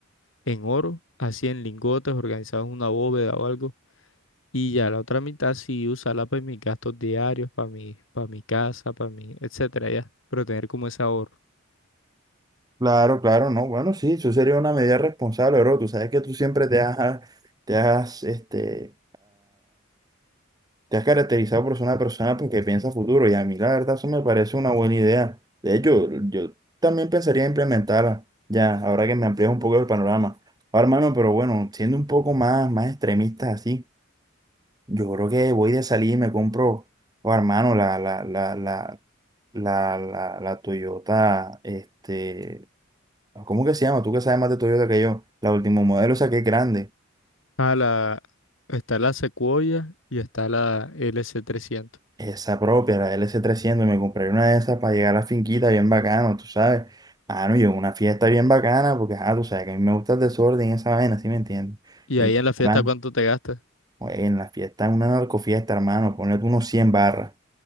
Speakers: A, on the left (about 65°); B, on the right (about 20°).
A: en oro, así en lingotes, organizados en una bóveda o algo, y ya la otra mitad sí usarla para mis gastos diarios, para mi, para mi casa, para mi, etcétera, ya, pero tener como ese ahorro.
B: Claro, claro, no. Bueno, sí, eso sería una medida responsable, bro. Tú sabes que tú siempre te has, te has, este, te has caracterizado por ser una persona porque piensa futuro y a mí la verdad eso me parece una buena idea. De hecho, yo también pensaría implementarla ya, ahora que me amplías un poco el panorama. Ahora, hermano, pero bueno, siendo un poco más, más extremista así, yo creo que voy de salir y me compro, oh, hermano, la, la, la, la, la, la, la Toyota, este, ¿cómo que se llama? Tú que sabes más de Toyota que yo, la último modelo, o sea, que es grande.
A: A la, está la Sequoia y está la lc trescientos
B: Esa propia, la LC300, me compré una de esas para llegar a la finquita bien bacano, tú sabes. Ah, no, yo en una fiesta bien bacana, porque, ah, tú sabes que a mí me gusta el desorden y esa vaina, ¿sí me entiendes?
A: Y
B: Y,
A: ahí en la fiesta,
B: plan,
A: ¿cuánto te gastas?
B: oye, en la fiesta, una narcofiesta, hermano, ponle tú unos 100 barras.